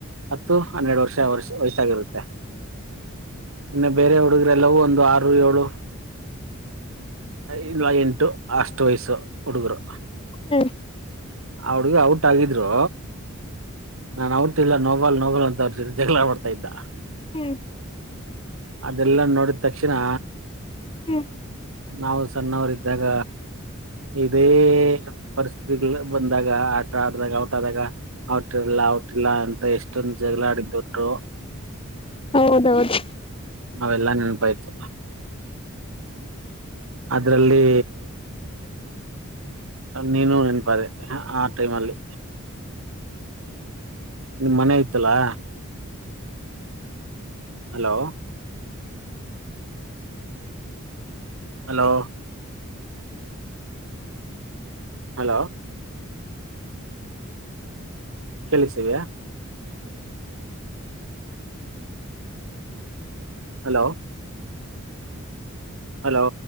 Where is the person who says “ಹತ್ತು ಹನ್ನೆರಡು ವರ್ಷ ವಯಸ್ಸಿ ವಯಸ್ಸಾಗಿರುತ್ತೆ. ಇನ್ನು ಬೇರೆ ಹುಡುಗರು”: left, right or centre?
Right